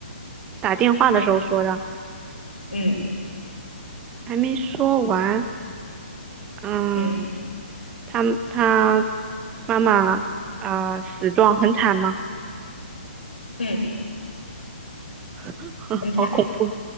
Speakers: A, on the right; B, on the left.
A: 打电话的时候说的，
B: 嗯
A: 还没说完，嗯。
B: 嗯
A: 他他妈妈啊、死状很惨吗？
B: 嗯，
A: <laughs>
B: 很惨。
A: 好恐怖。